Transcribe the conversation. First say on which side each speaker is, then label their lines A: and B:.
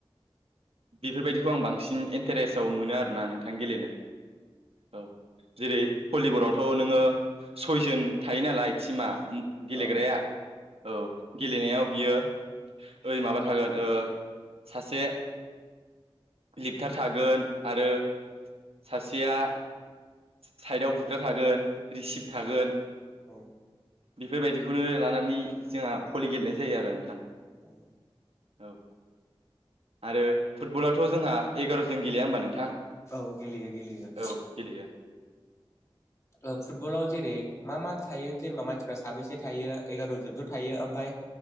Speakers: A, on the right (about 75°); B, on the left (about 30°).
A: बेफोरबायदिखौ आं बांसिन इन्टारेस्टाव मोनो आरोना नोंथां थां गेलेनो औ जेरै भलिबलावथ' नोङो सयजोन थायो नालाय टिमा गेलेग्राया
B: औ
A: औ गेलेनायाव बियो ओरै माबा थागोन ओ सासे लिपथार थागोन आरो सासेया साइडआव बुग्रा थागोन रिसिप्ट थागोन
B: औ
A: बेफोरबायदिखौनो लानानै नानै जोंहा भलि गेलेनाय जायो आरो नोंथां
B: औ
A: औ आरो फुटबलाथ' जोंहा एगार' जन गेलेया होम्बा नोंथां
B: औ गेलेयो गेलेयो
A: औ गेलेयो
B: ओ फुटबलाव जेरै मा मा थायो जेनेबा मानसिफ्रा साबेैसे थायो एगार'जनथ' थायो ओमफफ्राय